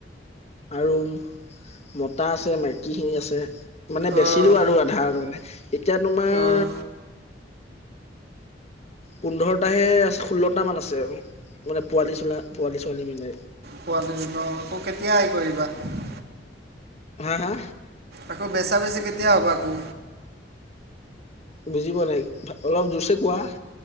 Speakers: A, on the left (about 35°); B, on the right (about 60°).
A: আৰু মতা আছে, মাইকীখিনি আছে। মানে বেচিলো
B: অঁ
A: আৰু আধা আৰু মানে এতিয়া তোমাৰ
B: অঁ
A: পোন্ধৰটাহে ষোল্লটা মান আছে, আৰু মানে পোৱালি চোলল পোৱালি ছোৱালী মিলাই
B: পোৱালিচ ন, তোক কেতিয়া আহিব এইবাৰ?
A: হা-হা?
B: আকৌ বেচা বেছি, কেতিয়া হ'ব আকৌ?
A: বুজি পোৱা নাই অলপ জোৰচে কোৱা?